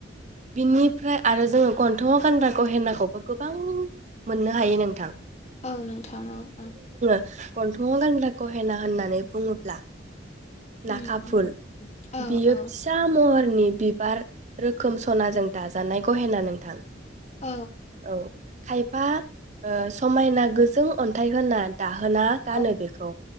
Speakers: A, on the right (about 40°); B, on the left (about 35°).
A: बिनिफ्राय आरो जोङो गन्थङाव गानग्राखौ गहेनाखौबो गोबां मोननो हायो नोंथां।
B: औ नोंथां औ औ।
A: गन्थङाव गानग्रा गहेना होननानै बुङोब्ला
B: उम
A: नाखा
B: उम
A: फुल
B: औ
A: बियो
B: औ
A: फिसा महर नि बिबार रोखोम सनाजों दाजानाय गहेना नोंथां।
B: औ
A: औ। खायफा ओ समायना गोजों अन्थाइ होना दाहोना गानो
B: औ
A: बेखौ।